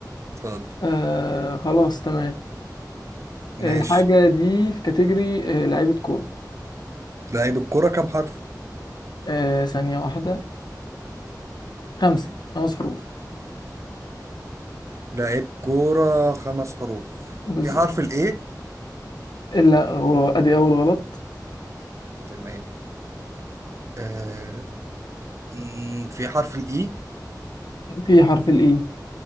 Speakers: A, on the right; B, on the left.
A: اتفضل
B: آه خلاص تمام آه،
A: ماشي
B: الحاجة دي في كاتيجوري آه لعيبة كورة
A: لعيب الكوره كام حرف
B: آه ثانية واحدة خمسة خمس حروف
A: لعيب كوره خمس حروف
B: بالظبط
A: في حرف الاي
B: لا غلط ادي اول غلط
A: تمام آه. مم، في حرف الاي
B: في حرف الاي